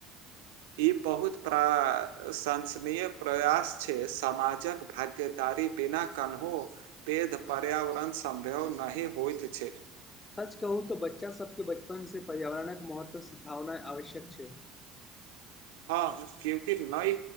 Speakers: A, on the right (about 80°); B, on the left (about 25°).
A: ई बहुत प्राशंसनीय प्रयास छै समाजक भाग्यदारी बिना कन्हो पेध पर्यावरण संभव नहि होइत छै
B: सच कहू तऽ बच्चा सबके बचपन से पर्यावरणक महत्व सिखाओनाइ आवश्यक छै <inaudible>
A: हँ क्यूंकि नइ